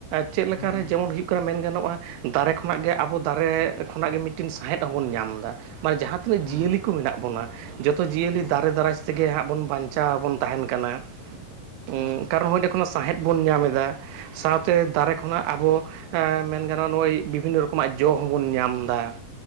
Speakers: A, on the right (about 85°); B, on the left (about 40°).
A: ᱪᱮᱫ ᱞᱮᱠᱟ
B: ᱦᱩᱸ
A: ᱨᱮ ᱡᱮᱢᱚᱱ ᱦᱩᱭᱩᱜ, ᱚᱠᱟ ᱢᱮᱱ ᱜᱟᱱᱚᱜᱼᱟ ᱫᱟᱨᱮ ᱠᱷᱚᱱᱟᱜ ᱜᱮ ᱟᱵᱚ ᱫᱟᱨᱮ ᱠᱷᱚᱱᱟᱜ ᱜᱮ ᱢᱤᱫᱴᱤᱱ ᱥᱟᱸᱦᱮᱫ ᱦᱚᱸᱵᱚᱱ ᱧᱟᱢ ᱫᱟ᱾ ᱢᱟᱱᱮ ᱡᱟᱦᱟᱸᱼᱼ ᱛᱤᱱᱟᱹᱜ
B: ᱦᱩᱸ
A: ᱡᱤᱭᱟᱹᱞᱤ ᱠᱚ ᱢᱮᱱᱟᱜ ᱵᱚᱱᱟ ᱡᱚᱛᱚ ᱡᱤᱭᱟᱹᱞᱤ
B: ᱦᱩᱸ
A: ᱫᱟᱨᱮ ᱫᱟᱨᱟᱭᱼᱼ ᱛᱮᱜᱮ ᱦᱟᱸᱜ ᱵᱚᱱ ᱵᱟᱧᱪᱟᱣ ᱵᱚᱱ ᱛᱟᱦᱮᱱ ᱠᱟᱱᱟ ᱚᱸᱜ
B: ᱦᱩᱸ
A: ᱠᱟᱨᱚᱱ ᱦᱚᱸ ᱚᱸᱰᱮ ᱠᱷᱚᱱᱟᱜ ᱥᱟᱸᱦᱮᱫᱼᱼ ᱵᱚᱱ ᱧᱟᱢ ᱮᱫᱟ ᱥᱟᱶᱛᱮ ᱫᱟᱨᱮᱼᱼ ᱠᱷᱚᱱᱟᱜ ᱟᱵᱚ ᱻᱟ ᱢᱮᱱ ᱜᱟᱱᱚᱜᱼᱟ ᱱᱚᱜᱼᱚᱭ ᱵᱤᱵᱷᱤᱱᱱᱚ ᱨᱚᱠᱚᱢᱟᱜ ᱡᱚ ᱦᱚᱸᱵᱚᱱ ᱧᱟᱢ ᱫᱟ᱾